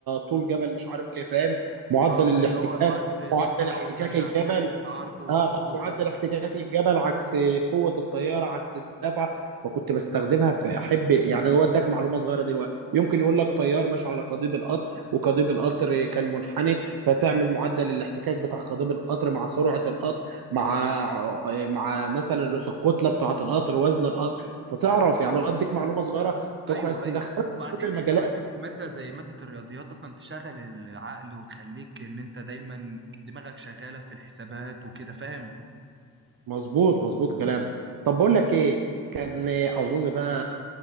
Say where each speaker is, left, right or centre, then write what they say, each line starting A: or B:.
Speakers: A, on the right (about 55°); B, on the right (about 30°).
A: طول جبل مش عارف ايه فاهم معدل
B: اه
A: الاحتكاك
B: اللي هو معادل الارتفاع
A: معدل احتكاك
B: واللي مش
A: الجبل
B: عارفه ايه العرض والطول وكده
A: معدل احتكاك الجبل عكس قوه الطياره عكس الدفع فكنت بستخدمها في احب يعني هو اداك معلومه صغيره دلوقتي يمكن يقول لك طيار ماشي على قضيب القطر وقضيب القطر كان منحني فتعمل معدل الاحتكاك بتاع قضيب القطر مع سرعه القطر مع مع مثلا الكتله بتاعه القطر وزن القطر فتعرف يعني هو اديك معلومه صغيره تدخل
B: ايوه
A: تدخلها
B: ايوه وبعدين
A: في كل المجالات
B: بعدين ماده زي ماده الرياضيات اصلا تشغل العقل وتخليك ان انت دايما دماغك شغاله في الحسابات وكده فاهم
A: مظبوط مظبوط كلامك طب بقول لك ايه كان اظن بقى